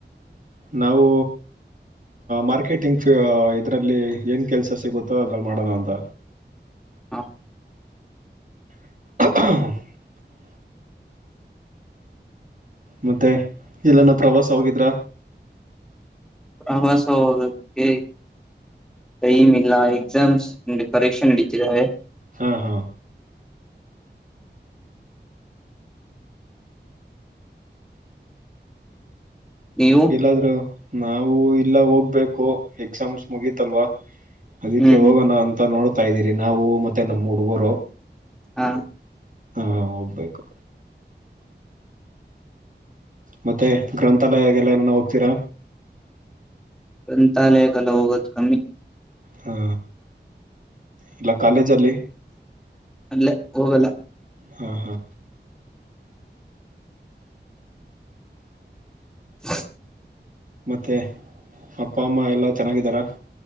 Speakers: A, on the right; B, in the centre.
A: ನಾವು ಮಾರ್ಕೆಟಿಂಗ್ ಇದ್ರಲ್ಲಿ ಏನ್ ಕೆಲ್ಸ ಸಿಗುತ್ತೆ ಅದ್ರಲ್ಲಿ ಮಾಡೋಣ ಅಂತ
B: ಹಾ
A: <inaudible> ಮತ್ತೆ ಎಲ್ಲಾನ ಪ್ರವಾಸ ಹೋಗಿದ್ರ
B: ಪ್ರವಾಸ ಹೋಗಬೇಕು ಟೈಮ್ ಇಲ್ಲ ಎಕ್ಸಾಮ್ಸ್ ಪರೀಕ್ಷೆ ನಡೀತಿದ್ದಾವೆ
A: ಹಾ ಹಾ
B: ನೀವು
A: ಎಲ್ಲಾದ್ರು ನಾವು ಇಲ್ಲಾ ಹೋಗ್ಬೇಕು ಎಕ್ಸಾಮ್ಸ್ ಮುಗೀತಲ್ವಾ ಅದಕ್ಕೆ
B: ಹ್ಮ್
A: ಹೋಗೋಣ ಅಂತ ನೋಡ್ತಾ ಇದ್ದೀರಿ ನಾವು ಮತ್ತೆ ನಮ್ಮ್ ಹುಡುಗರು
B: ಹಾ
A: ಹಾ ಹೋಗ್ಬೇಕು ಮತ್ತೆ ಗ್ರಂಥಾಲಯಾಗಲ್ಲ ಏನು ಹೋಗ್ತೀರಾ
B: ಗ್ರಂಥಾಲಯ ಎಲ್ಲಾ ಹೋಗೋದು ಕಮ್ಮಿ
A: ಹಾ ಇಲ್ಲ ಕಾಲೇಜ್ ಅಲ್ಲಿ
B: ಅಲ್ಲೇ ಹೋಗಲ್ಲ
A: ಹಾ ಹಾ
B: ಹ
A: ಮೆ ಅಪ್ಪ ಅಮ್ಮ ಎಲ್ಲ ಚೆನ್ನಾಗಿದ್ದಾರ